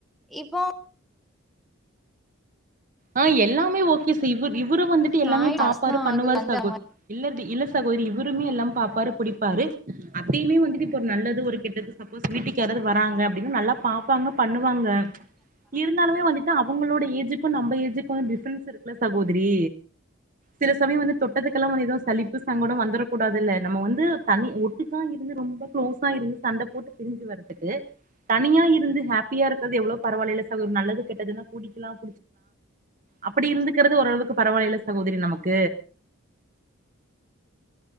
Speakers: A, in the centre; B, on the right.
A: இப்போ
B: ஆ எல்லாமே ஓகே சி இவரும் வந்துட்டு எல்லாமே
A: நான்
B: பாப்பாரு
A: தான்
B: பண்ணுவாரு
A: ஆகுது அந்த
B: சகோ
A: மாரி
B: இல்லது இல்ல சகோதிரி இவருமே எல்லாம் பாப்பாரு புடிப்பாரு அத்தையுமே வந்துட்டு இப்ப ஒரு நல்லது ஒரு கெட்டது சப்போஸ் வீட்டுக்காராது வராங்க அப்டின்னா நல்லா பாப்பாங்க பண்ணுவாங்க
A: <unintelligible>
B: இருந்தாலுமே வந்துட்டு அவங்களோட ஏஜ்க்கும் நம்ம ஏஜ்க்கும் டிஃப்ரன்ஸ் இருக்குல சகோதரி சில சமயம் வந்து தொட்டத்துக்கெல்லாம் வந்து எதுவும் சலிப்பு சங்கடம் வந்துட கூடாதுல்ல நம்ம வந்து தனி இதுக்கா இருந்து ரொம்ப க்ளோஸா இருந்து சண்ட போட்டு பிரிஞ்சு வரதுக்கு தனியா இருந்து ஹாப்பியா இருக்கறது எவ்ளோ பரவாயில்ல சகோ நல்லது கெட்டதுன்னா கூடிக்கலாம் அப்டி இருந்துக்கறது ஓரளவுக்கு பரவாயில்ல சகோதரி நமக்கு